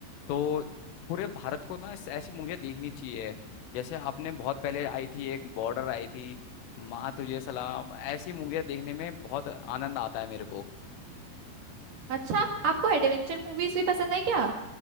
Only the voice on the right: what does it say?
अच्छा आपको एडवेंचर मूवीज भी पसंद है क्या